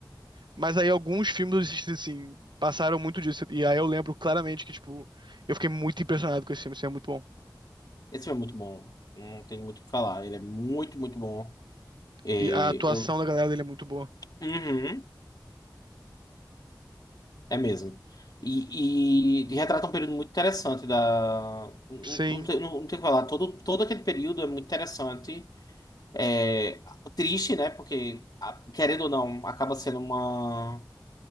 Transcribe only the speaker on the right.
Mas aí alguns filmes, assim, passaram muito disso. E aí eu lembro claramente que, tipo, eu fiquei muito impressionado com esse filme, assim, é muito bom.
E a atuação
da galera dele é muito boa.
Sim,